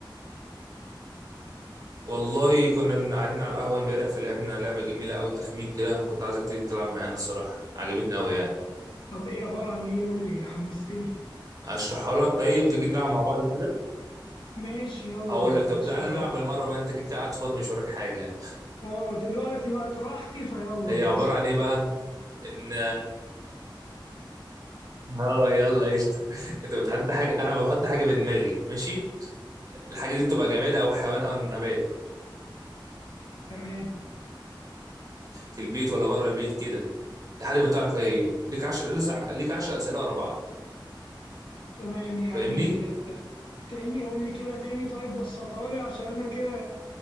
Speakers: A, on the right (about 45°); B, on the left (about 80°).
A: والله كنا من قاعدين على القهوه امبارح فلعبنا لعبه جميله قوي تخمين كده كنت عايزك تيجي تلعب معانا الصراحه عجبتني قوي يعني
B: طب ايه عبارة عن ايه قول لي حمستني
A: اشرحها لك طيب تيجي نلعب مع بعض كده
B: ماشي يلا
A: هقول لك طب
B: اشرحها
A: تعالى نلعب
B: لي
A: بالمره بقى انت كده كده قاعد فاضي مش وراك حاجه يعني.
B: اه دلوقتي وقت راحتي فيلا
A: هي
B: ماشي
A: عباره عن ايه بقى؟ ان <laughs> اه يلا قشطه <laughs> انت بتحط حاجه انا بحط حاجه في دماغي ماشي؟ الحاجه دي بتبقى جماد او حيوان او نبات
B: تمام
A: في البيت ولا بره البيت كده لحد ما تعرف ايه هي ليك 10 لسه ليك 10 اسئله ورا بعض
B: تمام يعني
A: فاهمني
B: آه، تاني قول لي كده تاني طيب بسطها لي عشان انا كده